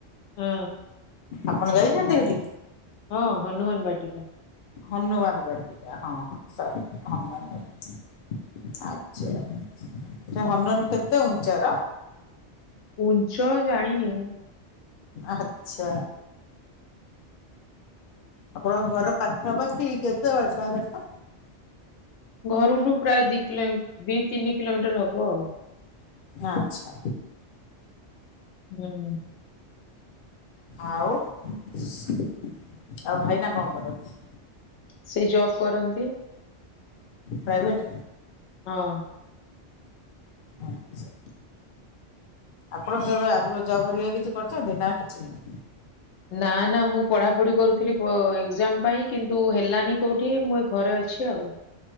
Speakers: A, on the left; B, on the left.
A: ହୁଁ।
B: ଆପଣ ଯାଇଚନ୍ତି ହେଟିକି?
A: ହଁ ହନୁମାନ ବାଟିକା।
B: ହନୁମାନ ବାଟୀକା ହଁ ହଁ ସରି ହନୁମାନ ବଟିକା। ଆଚ୍ଛା ସେହନୁମାନ କେତେ ଉଞ୍ଚାର?
A: ଉଜ୍ଜ ଜାଣିନି ମୁଁ।
B: ଆଚ୍ଛା। ଆପଣଙ୍କ ଘର ପାଖାପାଖି କେତେ ବାଟ ହେଟା?
A: ଘରୁଠୁ ପ୍ରାୟ ଦି କିଲୋ ଦି ତିନି କିଲୋମିଟର୍ ହବ ଆଉ।
B: ଆଚ୍ଛା।
A: ହୁଁ।
B: ଆଉ ଆଉ ଭାଇନା କଣ କରନ୍ତି?
A: ସେ ଜବ୍ କରନ୍ତି।
B: ପ୍ରାଇଭେଟ୍?
A: ହଁ। <inaudible>
B: ଆଚ୍ଛା। ଆପଣ କେବେ ଆଗରୁ ଜବ୍ ହେରିକା କିଛି କରିଚନ୍ତି ନା କିଛିନାହିଁ?
A: ନା ନା ମୁଁ ପଢାପଢି କରୁଥିଲି ଏକ୍ଜାମ ପାଇଁ କିନ୍ତୁ ହେଲାନି କୋଉଠି ମୁଁ ଏ ଘରେ ଅଛି ଆଉ।